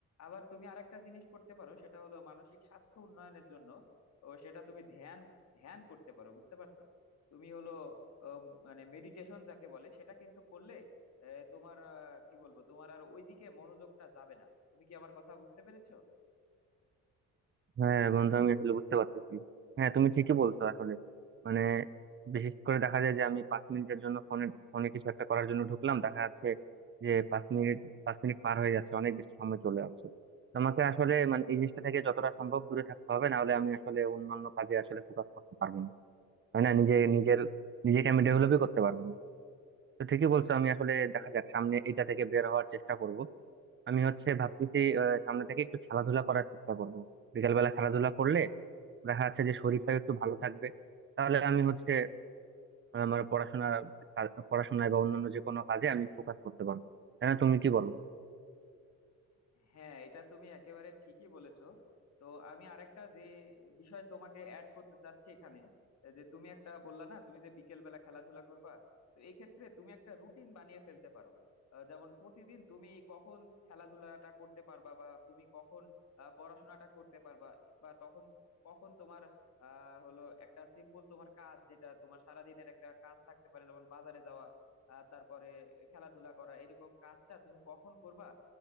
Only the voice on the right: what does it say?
হ্যাঁ বন্ধু আমি আসলে বুঝতে পারতেছি হ্যাঁ তুমি ঠিকই বলছো আসলে মানে বিশেষ করে দেখা যায় যে আমি পাঁচ মিনিটের জন্য ফোনে ফোনে কিছু একটা করার জন্য ঢুকলাম দেখা যাচ্ছে যে পাঁচ মিনিট পাঁচ মিনিট পার হয়ে যাচ্ছে অনেক বেশি সময় চলে যাচ্ছে তোমাকে আসলে মানে এই জিনিসটা থেকে যতটা সম্ভব দূরে থাকতে হবে না হলে আমি আসলে অন্যান্য কাজে আসলে ফোকাস করতে পারবো না তাই না নিজে নিজের নিজেকে আমি ডেভেলপই করতে পারবো না তো ঠিকই বলছো আমি আসলে দেখা যাক সামনে এটা থেকে বের হওয়ার চেষ্টা করব আমি হচ্ছে ভাবতেছি আহ, সামনে থেকে একটু খেলাধুলা করার চেষ্টা করব বিকালবেলা খেলাধুলা করলে দেখা যাচ্ছে যে শরীরটাও একটু ভালো থাকবে তাহলে আমি হচ্ছে আমার পড়াশোনা পড়াশোনায় বা অন্যান্য যে কোনো কাজে আমি ফোকাস করতে পারবো তাই না তুমি কি বলো